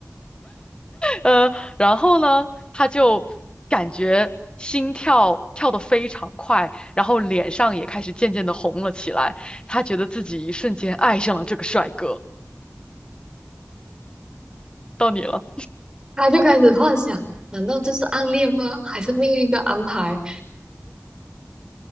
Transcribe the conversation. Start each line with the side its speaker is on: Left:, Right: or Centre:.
Left: 呃，然后呢，他就感觉心跳跳得非常快，然后脸上也开始渐渐的红了起来。他觉得自己一瞬间爱上了这个帅哥。到你了，
Right: 他就开始幻想：难道这是暗恋吗？还是命运的安排？